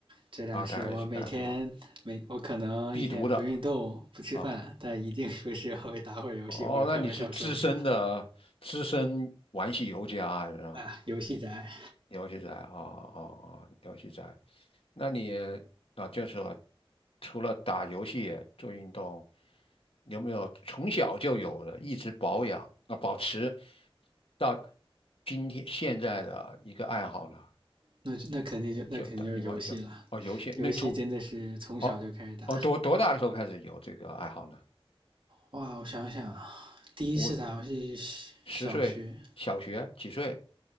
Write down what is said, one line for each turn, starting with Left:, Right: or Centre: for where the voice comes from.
Right: 这俩是我每天每我可能一天不运动不吃饭，
Left: 啊，大家刚才说必读的啊，
Right: 但一定说是会打会儿游戏或者看会儿小说的。
Left: 哦，那你是资深的资深玩戏游家啊是吧？
Right: 啊，游戏宅，
Left: 游戏宅啊啊啊，游戏宅，那你啊，就是说除了打游戏做运动，有没有从小就有的一直保养啊保持到今天现在的一个爱好呢？
Right: 那那肯定就那肯定就是游戏了，
Left: 就打羽毛球。哦，游戏，
Right: 游戏真的是从小就开始打。
Left: 那从哦哦多多大的时候开始有这个爱好呢？
Right: 哇，我想想啊第一次打游戏
Left: 五十岁，
Right: 小学，
Left: 小学几岁？